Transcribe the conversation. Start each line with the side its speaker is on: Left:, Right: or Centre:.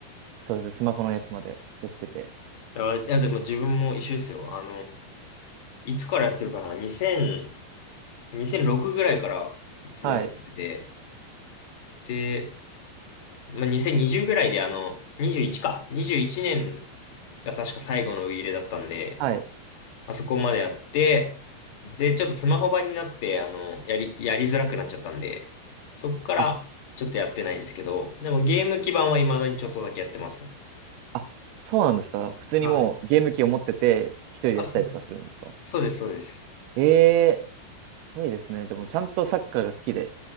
Right: そうですね、スマホのやつまでやってて。
Left: いや、いやでも自分も一緒ですよ。あの、いつからやってるかな ?2000、2006ぐらいからずーっとやって
Right: はい、
Left: て、まあ、2020ぐらいであの、21か。21年が確か最後のウイイレだったんで、
Right: はい。
Left: まあそこまでやって、で、ちょっとスマホ版になって、あの、やり、やりづらくなっちゃったんで、そっからちょっとやってないですけど、
Right: あ、
Left: でもゲーム基盤は未だにちょっとだけやってますね。
Right: あ、そうなんですか。普通にもうゲーム機を持ってて、
Left: はい。
Right: 一人でやってたりとかするんですか。
Left: あ、そ、そうです、そうです。
Right: ええーすごいですね。じゃあもうちゃんとサッカーが好きで。